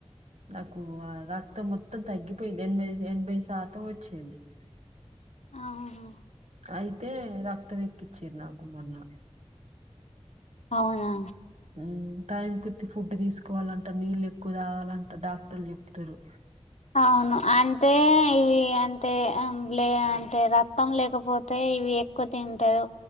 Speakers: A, on the right; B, on the left.
A: నాకు ఆ రక్తం మొత్తం తగ్గిపోయింది ఎనభై ఎనభై శాతం వచ్చింది <inaudible>
B: ఆహ హ
A: అయితే రక్తం ఎక్కిచ్చారు నాకు మొన్న
B: అవునా
A: మ్ టైం కొద్ది ఫుడ్ తీసుకోవాలంట. నీళ్ళు ఎక్కువ తాగాలంట డాక్టర్లు చెప్తరు.
B: అవును అంటే ఇవి అంటే లే అంటే రక్తం లేకపోతే ఇవి ఎక్కువ తింటరు.